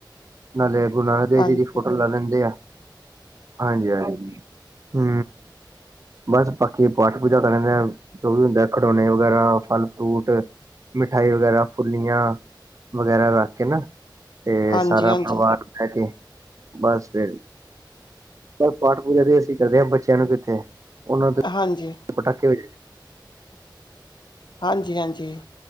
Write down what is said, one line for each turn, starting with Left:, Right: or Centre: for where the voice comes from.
Right: ਨਾਲੇ ਗੁਰੂ ਨਾਨਕ ਦੇਵ
Left: ਹਾਂਜੀ
Right: ਜੀ ਦੀ ਫੋਟੋ ਲਾ ਲੈਂਦੇ ਐ। ਹਾਂਜੀ ਹਾਜੀ। ਹੂੰ ਬਸ ਬਾਕੀ ਪਾਠ-ਪੂਜਾ ਕਰਨ ਦੇ, ਜੋ ਵੀ ਹੁੰਦਾ ਖਡੋਣੇ ਵਗੈਰਾ ਫਲ- ਫੂਟ ਮਿਠਾਈ ਵਗੈਰਾ ਫੁਲੀਆਂ, ਵਗੈਰਾ ਰੱਖ ਕੇ ਨਾ ਤੇ
Left: ਹਾਂਜੀ
Right: ਸਾਰਾ
Left: ਹਾਂਜੀ
Right: ਪਰਿਵਾਰ ਲੈ ਕੇ, ਬਸ ਫੇਰ ਤੇ ਪਾਠ- ਪੂਜਾ ਵੀ ਅਸੀਂ ਕਰਦੇ ਹਾਂ ਬੱਚਿਆਂ ਨੂੰ ਕਿੱਥੇ, ਉਨਾ ਤੇ
Left: ਹਾਂਜੀ।
Right: ਪਟਾਕੇੇ
Left: ਹਾਂਜੀ, ਹਾਂਜੀ